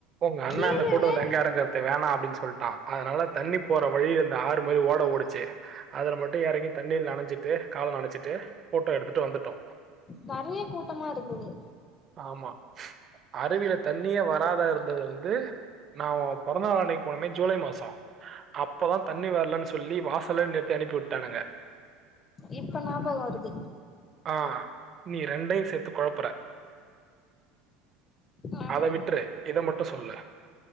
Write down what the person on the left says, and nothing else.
கீழவே
நெறைய கூட்டமா இருக்குது
இப்ப ஞாபக வருது
ஆ